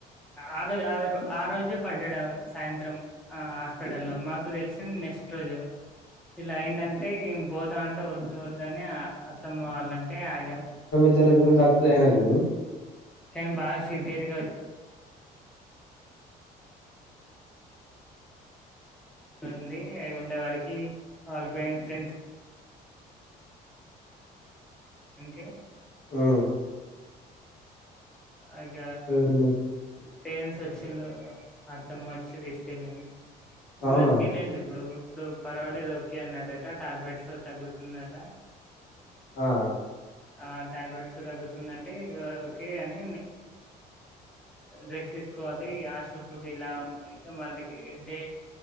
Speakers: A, in the centre; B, on the left.
A: ఆ రోజే ఆ ఆ రోజే పడ్డాడు సాయంత్రం ఆ హాస్పిటల్ లో మాకు తెలిసింది నెక్స్ట్ రోజు. ఇలా అయిందంటే పోతాం అంటే వద్దు వద్దు అని అత్తమ్మ వాళ్లంటే ఆగాం
B: ఇద్దరు గురించి తెలుతాదా ఆయనకు
A: పెయిన్ బాగా సివేర్గా వచ్చింది ఉండి అవి ఉండే వారికి వాళ ఫ్రెండ్స్ ఇంకే
B: ఆ
A: ఇగ
B: ఎవరిని
A: పేరెంట్స్ వచ్చిల్ అత్తమ్మ వచ్చి తీసుకెళ్ళింది. సూరజ్కిళ్ళిండి
B: అవునా
A: ఇప్పుడు ఇప్పుడు పర్వాలేదు ఓకే అన్నాడట, టాబ్లెట్స్ తగ్గుతుందట.
B: ఆ
A: ఆ టాబ్లెట్స్తో తగ్గుతుందింటే ఓకే అని రెస్ట్ తీసుకోవాలి హాస్టల్ ఫుడ్ ఇలా ఉంటాయి. ఇక మళ్ళకి డే